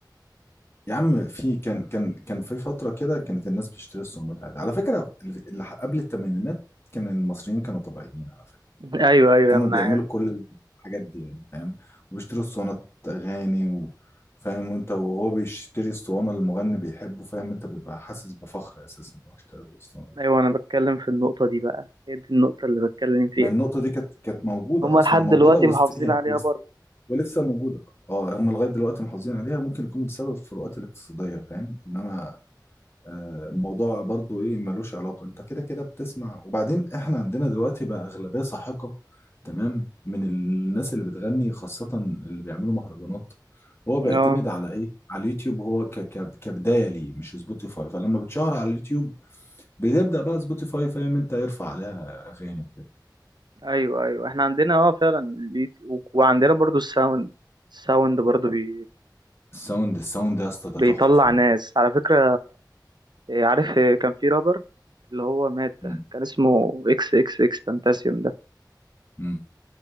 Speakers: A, on the left (about 35°); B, on the right (about 70°).
A: يا عم في كان كان كان في فترة كده كانت الناس بتشتري الصوانات عادي على فكرة اللي قبل الثمانينات كان المصريين كانوا طبيعيين على فكرة
B: <laughs> ايوه ايوه
A: كانوا
B: انا
A: بيعملوا
B: عارف
A: كل الحاجات دي يعني فاهم وبيشتروا الصوانات أغاني و... فاهم وانت وهو بيشتري الصوانة اللي المغني بيحبه فاهم انت بيبقى حاسس بفخر أساسا إن هو اشترى له الصوانة
B: ايوه انا بتكلم في النقطه دي بقى هي دي النقطه اللي بتكلم فيها
A: ما النقطة دي كانت كانت موجودة
B: هما
A: أصلا
B: لحد
A: موجودة
B: دلوقتي
A: وست...
B: محافظين
A: هي-
B: عليها
A: وست...
B: بره
A: ولسه موجودة اه هم لغاية دلوقتي محافظين عليها ممكن يكون بسبب الفروقات الاقتصادية فاهم انما آه، الموضوع برضو ايه ملوش علاقة انت كده كده بتسمع وبعدين احنا عندنا دلوقتي بقى اغلبية ساحقة تمام من الناس اللي بتغني خاصة اللي بيعملوا مهرجانات هو بيعتمد
B: اه
A: على ايه على اليوتيوب هو ك ك كبداية ليه مش سبوتيفاي فلما بتشهر على اليوتيوب بيبدأ بقى سبوتيفاي فاهم انت يرفع عليها اغاني وكده
B: ايوه ايوه احنا عندنا اه فعلا البيت و- وعندنا برضو الساوند الساوند برضو بي...
A: الساوند الساوند ده يا اسطى ده
B: بيطلع
A: تحفة فنية
B: ناس على فكره إيه، عارف إيه، كان في رابر اللي هو مات
A: امم
B: ده كان اسمه اكس اكس اكس تنتاسيوم ده
A: امم